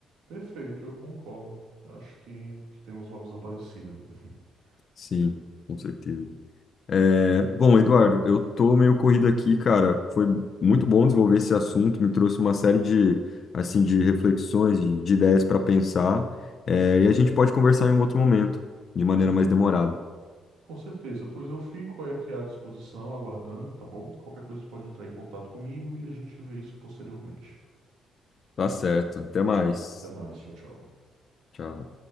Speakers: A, on the right; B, on the left.
A: Perfeito, eu concordo. Acho que, que temos uma visão parecida. <laughs>
B: Sim, com certeza. É, bom, Eduardo, eu tô meio corrido aqui, cara. Foi muito bom desenvolver esse assunto, me trouxe uma série de, assim, de reflexões, de, de ideias para pensar. É, e a gente pode conversar em um outro momento, de maneira
A: Com certeza.
B: mais demorada.
A: Com certeza, pois eu fico aí aqui à disposição, aguardando, tá bom? Qualquer coisa você pode entrar em contato comigo e a gente vê isso posteriormente.
B: Tá certo. Até mais.
A: Até mais, tchau, tchau.
B: Tchau.